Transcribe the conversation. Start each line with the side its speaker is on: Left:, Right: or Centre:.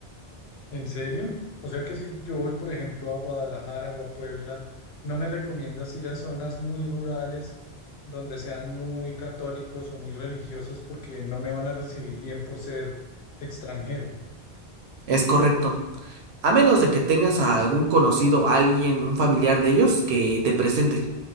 Left: ¿en serio? O sea que si yo voy, por ejemplo, a Guadalajara o a Puebla, ¿no me recomiendas ir a zonas muy rurales donde sean muy católicos o muy religiosos porque no me van a recibir bien por ser extranjero?
Right: Es correcto. A menos de que tengas a algún conocido, alguien, un familiar de ellos que te presente.